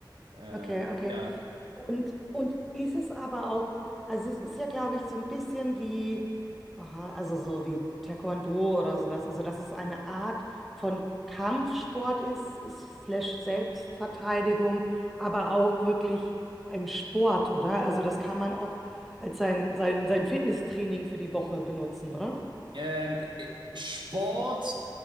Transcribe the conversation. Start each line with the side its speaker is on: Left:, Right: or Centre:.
Right: Ähm,
Centre: Okay, okay.
Right: ja.
Centre: Und, und ist es aber auch, also es ist ja, glaube ich, so ein bisschen wie, aha, also so wie Taekwondo oder sowas, also dass es eine Art von Kampfsport ist, slash Selbstverteidigung, aber auch wirklich ein Sport, oder? Also das kann man auch als sein, sein, sein Fitnesstraining für die Woche benutzen, oder?
Right: Ähm, äh, Sport,